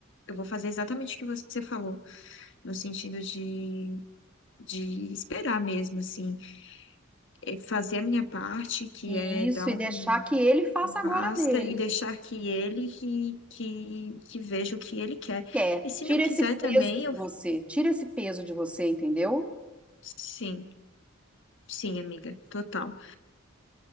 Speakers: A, on the left; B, in the centre.
A: eu vou fazer exatamente o que você falou, no sentido de, de esperar mesmo, assim, é, fazer a minha parte, que
B: E
A: é dar
B: isso, e
A: um
B: deixar que ele faça
A: basta
B: agora dele.
A: e deixar que ele que, que, que veja o que ele quer.
B: Quer.
A: E se
B: Tira
A: não quiser
B: esse peso
A: também,
B: de
A: eu
B: você. Tira esse peso de você, entendeu?
A: sim, sim, amiga, total.